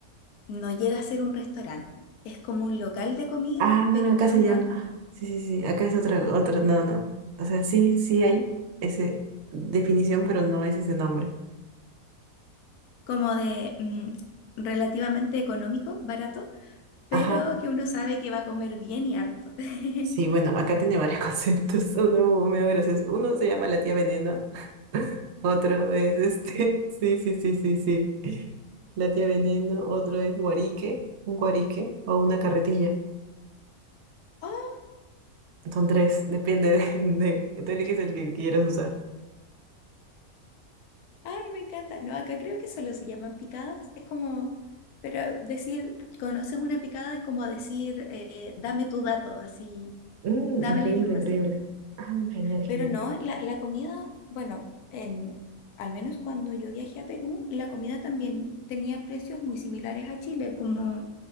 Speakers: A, on the left (about 90°); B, on the right (about 65°).
A: no llega a ser un restaurante. Es como un local de comida,
B: Ah,
A: pero
B: acá
A: que
B: se
A: uno
B: llama. Sí, sí, sí. Acá es otra, otra. No, no. O sea, sí, sí hay esa definición, pero no es ese nombre.
A: como de mm, relativamente económico, barato, pero
B: Ajá.
A: que uno sabe que va a comer bien y harto. <laughs>
B: Sí, bueno, acá tiene varios <laughs> conceptos. Uno medio gracioso. Uno se llama la tía Veneno. Otro es este. <laughs> Sí, sí, sí, sí, sí. La tía Veneno. Otro es guarique. Un guarique o una carretilla.
A: ¡Oh!
B: Son tres. Depende <laughs> de, de. Tú eliges el que quieras usar.
A: Ay, me encanta. No, acá creo que solo se llaman picadas. Es como, pero decir, conoces una picada es como decir, eh, dame tu dato, así,
B: Mm,
A: dame
B: increíble,
A: la información.
B: increíble. Ah, genial, genial.
A: Pero no, la, la comida, bueno, en, al menos cuando yo viajé a Perú, la comida también tenía precios muy similares a Chile, como